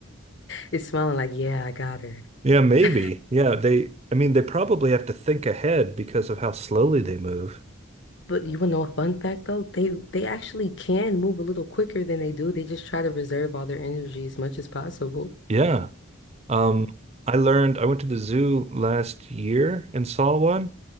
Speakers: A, on the left; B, on the right.
A: is smiling like, yeah, I got her.
B: Yeah, maybe.
A: <laughs>
B: Yeah, they, I mean, they probably have to think ahead because of how slowly they move.
A: But you want to know a fun fact though? They they actually can move a little quicker than they do. They just try to reserve all their energy as much as possible.
B: Yeah. Um, I learned, I went to the zoo last year and saw one.